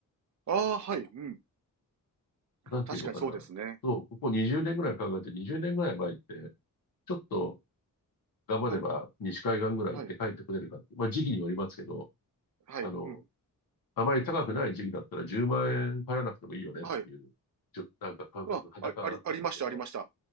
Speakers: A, on the right; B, on the left.
A: ああ、はい、うん。
B: なんていうのかな。
A: 確かにそうですね。
B: そう、ここ20年ぐらい考えて、20年ぐらい前って、ちょっと頑張れば西海岸ぐらい行って帰ってこれるかって、
A: はい、はい、
B: まあ時期によりますけど、
A: はい、
B: あの、
A: うん。
B: あまり高くない時期だったら10万円払わなくてもいいよねっていう、
A: はい。
B: ちょっとなんか感覚、
A: あ、
B: 裸があったんだけど、
A: ああり、ありました、ありました。